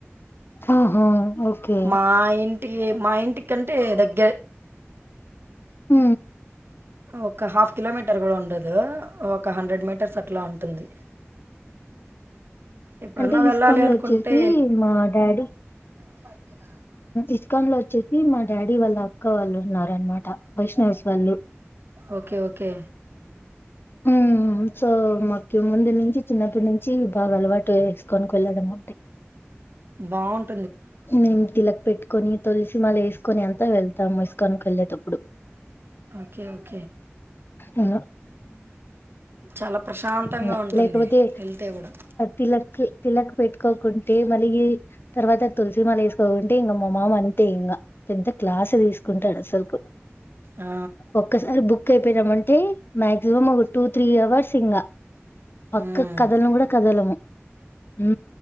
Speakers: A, on the left (about 50°); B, on the right (about 55°).
A: ఆహా ఓకే
B: మా ఇంటి మా ఇంటికి ఎ కంటే దగ్గర
A: హ
B: ఒక హాఫ్ కిలోమీటర్ కూడా ఉండదు ఒక మీటర్స్ అట్లా ఉంటుంది. ఎప్పుడన్నా
A: అంటే ఇస్కన్లో
B: వెళ్ళాలి అనుకుంటే
A: వచ్చేసి మా డాడీ
B: ప
A: ఇస్కాన్ లో వచ్చేసి మా డాడీ వాళ్ళ అక్క వాళ్ళు ఉన్నారనమాట వైష్ణవస్ వాళ్ళు
B: ఓకే ఓకే
A: హ సో మాకు ముందు నుంచి చిన్నప్పటి నుంచి బాగా అలవాటు టు వేసుకని వెళ్ళడం అంటే
B: బాట్
A: నిమ్ తిలక్ పెట్టుకని తోలిసి సిని మళ వేసుకొని ఎంత వెళ్తాము ఇసుకనికి వెళ్ళేటప్పుడు
B: ఓకే ఓకే
A: అ
B: చాలా ప్రశాంతంగా
A: అ
B: ఉంటుంది
A: లేకపోతే
B: వెళ్తే గూడా.
A: తిలక్ తిలక్ పెట్టుకో కుంటే మళ్ళీ తర్వాత తులసి మాల వేసుకోకుంటే ఇంకా మా మామ అంతే ఇంకా పెద్ద క్లాస్ తీసుకుంటాడు అసలుకు
B: ఆ!
A: ఒక్కసారి బుక్ అయిపోయి అంటే మాక్సిమం ఒక టూ త్రీ అవర్ వసింగా పక్క
B: హ్మ్.
A: కదలను కూడా కదలము హ